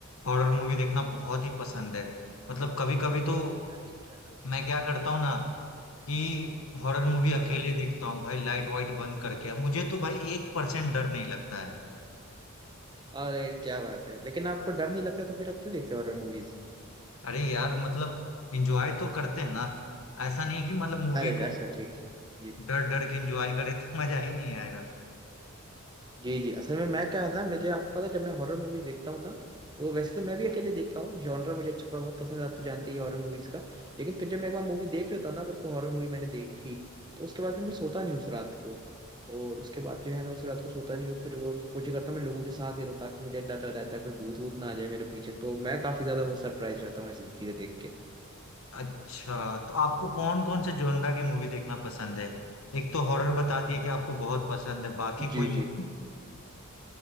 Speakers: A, on the left; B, on the right.
A: हॉरर मूवी देखना बहुत ही पसंद है मतलब कभी कभी तो
B: अरे क्या बात,
A: मैं क्या करता हूँ ना कि हॉरर मूवी अकेले
B: हाँ हाँ
A: देखता हूँ भाई लाइट वाइट बंद करके मुझे तो भाई एक परसेंट डर नहीं लगता
B: अरे क्या बात है लेकिन आपको डर नहीं लगता तो फिर आप क्यों देखते हो हॉरर मूवीज
A: अरे यार मतलब एंजॉय तो करते हैं ना ऐसा नहीं कि मतलब मूवी
B: अरे
A: को
B: अच्छा ठीक ठीक। जी
A: डर डर के एंजॉय करे तो <laughs> मजा ही नहीं आएगा
B: जी जी असल में मैं क्या है ना मुझे आपको पता है, जब मैं हॉरर मूवीज देखता हूँ ना तो वैसे तो मैं भी अकेले देखता हूँ जॉनर मुझे अच्छा बहुत पसंद है आप तो जानते ही हॉरर मूवीज का लेकिन फिर जब मैं एक बार मूवी देख लेता हूँ ना अगर कोई हॉरर मूवी मैंने देख ली तो उसके बाद फिर मैं सोता नहीं उस रात को और उसके बाद जो है मैं उस रात को सोता नहीं हूँ फिर वो कोशिश करता हूँ मैं लोगों के साथ ही रहूँ ताकि मुझे डर डर रहता है कोई भूत भूत ना आ जाए मेरे पीछे तो मैं काफी ज्यादा वो सरप्राइज रहता हूँ ऐसी चीजें देख के
A: अच्छा तो आपको कौन कौन से जोनरा की मूवी देखना पसंद है एक तो हॉरर बता दिए कि आपको बहुत पसंद है बाकी
B: जी
A: कोई मूवी
B: जी